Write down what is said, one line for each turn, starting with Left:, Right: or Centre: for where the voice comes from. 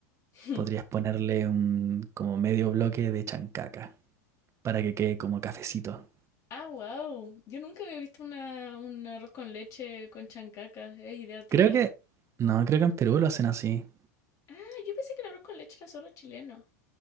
Left: <laughs>
Right: podrías ponerle un como medio bloque de chancaca para que quede como cafecito.
Left: Ah, wow. Yo nunca había visto una, un arroz con leche con chancacas. ¿Es idea tuya?
Right: Creo que, no, creo que en Perú lo hacen así.
Left: Ah, yo pensé que el arroz con leche era solo chileno.